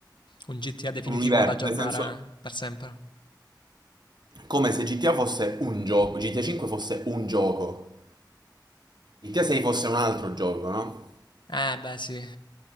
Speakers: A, on the left; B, on the right.
A: Un GTA definitivo
B: universo,
A: da aggiornare
B: nel senso
A: per sempre.
B: come se GTA fosse un gioco, GTA 5 fosse un gioco, GTA 6 fosse un altro gioco, no?
A: Eh, beh, sì.